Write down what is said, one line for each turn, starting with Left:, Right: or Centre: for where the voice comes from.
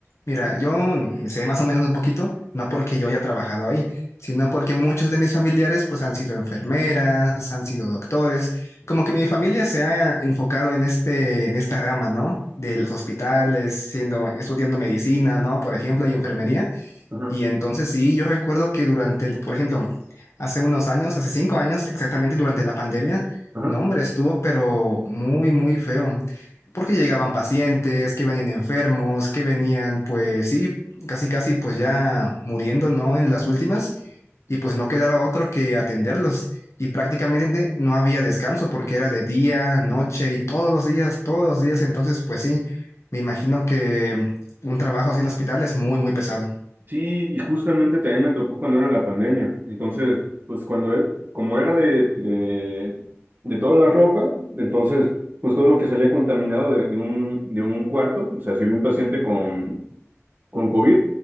Left: Mira, yo sé más o menos un poquito, no porque yo haya trabajado ahí, sino porque muchos de mis familiares pues han sido enfermeras, han sido doctores, como que mi familia se ha enfocado en este, en esta rama, ¿no? De los hospitales, siendo, estudiando medicina, ¿no? Por ejemplo, y enfermería.
Right: Ajá.
Left: Y entonces sí, yo recuerdo que durante el, por ejemplo, hace unos años, hace cinco años, exactamente durante la pandemia,
Right: Ajá.
Left: no, hombre, estuvo pero muy, muy feo, porque llegaban pacientes, que venían enfermos, que venían, pues sí, casi, casi, pues ya muriendo, ¿no? En las últimas, y pues no quedaba otro que atenderlos. Y prácticamente no había descanso porque era de día, noche y todos los días, todos los días. Entonces, pues sí, me imagino que un trabajo así en hospital es muy, muy pesado.
Right: Sí, y justamente también me tocó cuando era la pandemia. Entonces, pues cuando, e- como era de, de, de toda la ropa, entonces, pues todo lo que salía contaminado de, de un, de un cuarto, o sea, si había un paciente con, con COVID,